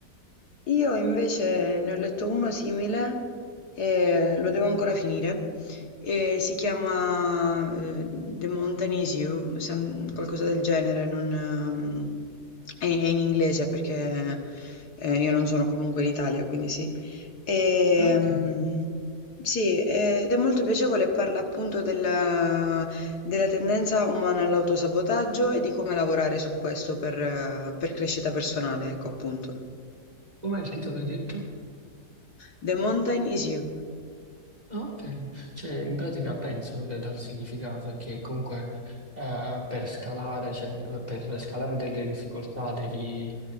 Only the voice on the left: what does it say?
Io invece ne ho letto uno simile e lo devo ancora finire. E si chiama eh, The Mountain Is You, sam- qualcosa del genere, non, ehm, è, è in inglese perché eh, io non sono comunque in Italia, quindi sì. Ehm,
sì, ed è molto piacevole, parla appunto della, della tendenza umana all'autosabotaggio e di come lavorare su questo per, eh, per crescita personale, ecco appunto.
The Mountain Is You.